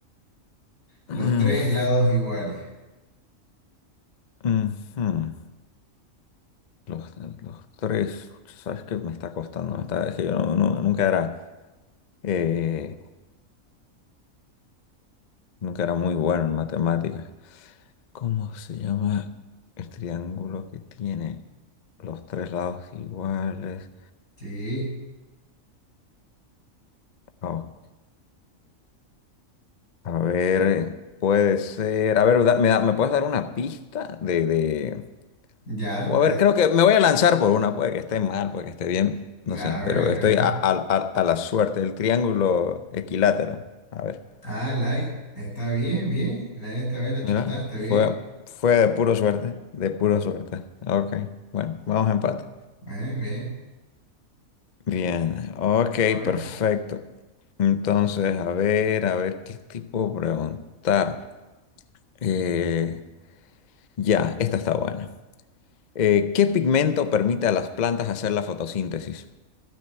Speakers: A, on the left; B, on the left.
A: Los
B: <clears throat>
A: tres lados iguales.
B: Ujú. Los, los tres, sabes que me está costando, me está- es que yo no- no- nunca era, eh, nunca era muy bueno en matemáticas. ¿Cómo se llama el triángulo que tiene los tres lados iguales?
A: Sí,
B: Ok, a ver, puede ser, a ver, da- ¿me, da- me puedes dar una pista de, de-
A: ya,
B: o a
A: te...
B: ver, creo que me voy a lanzar por una, puede que esté mal, puede que esté bien, no sé,
A: A ver,
B: pero estoy
A: a
B: a,
A: ver.
B: a a- a la suerte, el triángulo equilátero, a ver.
A: Ah, Lai, está bien, bien. Lai, esta vez la
B: Mira,
A: chuntaste
B: fue,
A: bien.
B: fue de puro suerte, de pura suerte. Ok, bueno, vamos a empate.
A: Bien, bien.
B: Bien, ok,
A: A ver.
B: perfecto. Entonces, a ver, a ver, ¿qué tipo preguntar? Eh, ya, esta está buena. Eh, ¿qué pigmento permite a las plantas hacer la fotosíntesis?